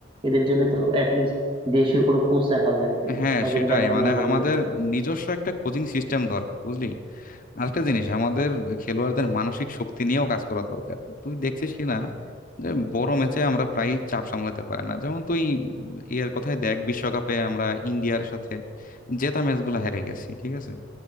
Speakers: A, on the right; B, on the left.
A: এদের জন্য তো অ্যাটলিস্ট দেশীয় কোনো কোচ রাখার লাগবে
B: হ্যাঁ
A: তাদের
B: সেটাই
A: দেখাশোনা
B: মানে
A: করবে
B: আমাদের নিজস্ব একটা কোচিং সিস্টেম দরকার বুঝলি আরেকটা জিনিস আমাদের খেলোয়াড়দের মানসিক শক্তি নিয়েও কাজ করা দরকার তুই দেখছিস কি না যে বড় ম্যাচে আমরা প্রায় চাপ সামলাতে পারে না যেমন তুই ইয়ার কথাই দেখ বিশ্বকাপে আমরা ইন্ডিয়ার সাথে জেতা ম্যাচগুলো হেরে গেছি ঠিক আছে